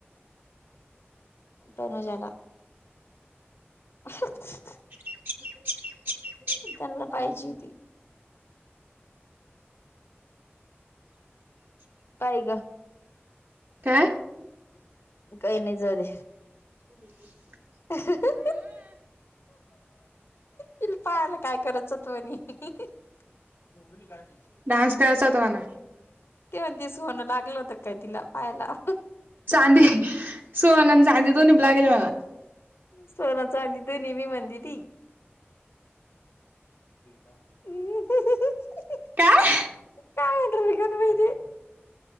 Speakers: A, on the left; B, on the right.
A: तनुजाला ह
B: <unintelligible>
A: त्यांना पाहिजे ती पाय
B: काय
A: काही नाही झाले
B: हम्म हम्
A: <unintelligible> त पायाला काय करायचं त म्हनी चोरी काय
B: डान्स करायचा होता म्हणा.
A: ते म्हणज तेे स होणं लागलं होत काय तिला पाहायला
B: चांदी सो नन चांदी तो निपलागेल मग
A: सोनचा आ त निह म्हणंद ती हम्
B: काहा
A: कान व